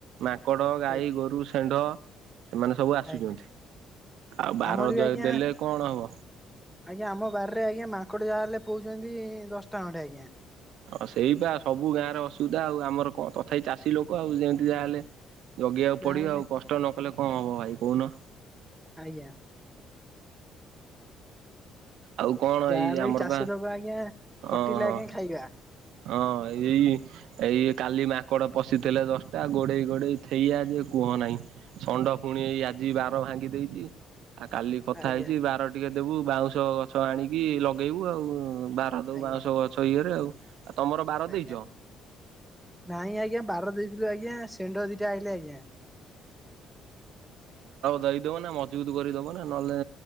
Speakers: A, on the right; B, in the centre.
A: ମାଙ୍କଡ଼, ଗାଈ,
B: ଆଜ୍ଞା
A: ଗୋରୁ, ଷେଣ୍ଢ? ସେମାନେ ସବୁ ଆସୁଛନ୍ତି
B: ଆଜ୍ଞା
A: ଆଉ ବାର
B: ଆମର ବି ଆଜ୍ଞା
A: ଦେଲେ କଣ ହବ
B: ଆଜ୍ଞା ଆମ ବାରରେ ଆଜ୍ଞା ମାଙ୍କଡ ଯାହା ହେଲେ ପୋଉଚନ୍ତି ଦଶଟା ଖଣ୍ଡେ ଆଜ୍ଞା।
A: ହଁ ସେଇ ପା ସବୁ ଗାଁରେ ଅସୁବିଧା ଆଉ ଆମର କଣ ତଥାପି ଚାଷୀ ଲୋକ ଆଉ ଯେମିତି ଯାହାହେଲେ ଜଗିବାକୁ
B: ଯାହାହେଲେ
A: ପଡ଼ିବ ଆଉ କଷ୍ଟ ନକଲେ କଣ ହବ ଭାଇ କୋହୁନ।
B: ଆଜ୍ଞା
A: ଆଉ କଣ
B: ଯାହାହେଲେ
A: ଭାଇ ଇଏ ଆମର
B: ବି ଚାଷୀ
A: ପା
B: ଲୋକ ଆଜ୍ଞା ଖଟିଲେ
A: ହଁ ହଁ।
B: ଆଜ୍ଞା ଖାଇବା
A: ହଁ ଏଇ ଏଇ କାଲି ମାଙ୍କଡ଼ ପଶିଥିଲେ ଦଶଟା ଗୋଡ଼େଇ ଗୋଡ଼େଇ ଥେଇଆ ଯେ କୁହ ନାହିଁ ଷଣ୍ଡକୁ ପୁଣି ଏଇ ଆଜି ବାର ଭାଙ୍ଗି ଦେଇଚି। ଆଉ କାଲି କଥା
B: ଆଜ୍ଞା
A: ହେଇଚି ବାର ଟିକେ ଦେବୁ ବାଉଁଶ ଗଛ ଆଣିକି ଲଗେଇବୁ ଆଉ ବାର ଦୋଉ
B: ଆଜ୍ଞା
A: ବାଉଁଶ ଗଛ ଇଏରେ ଆଉ। ଆଉ ତମର ବାର ଦେଇଚ?
B: ଆଜ୍ଞା ନାଇଁ ଆଜ୍ଞା ବାର ଦେଇଥିଲୁ ଆଜ୍ଞା ସ୍ ଶେଣ୍ଢ ଦିଟା ଆାଇଲେ ଆଜ୍ଞା।
A: ଦେଇ ଦବନା ମଜବୁତ କରି ଦବନା ନହେଲେ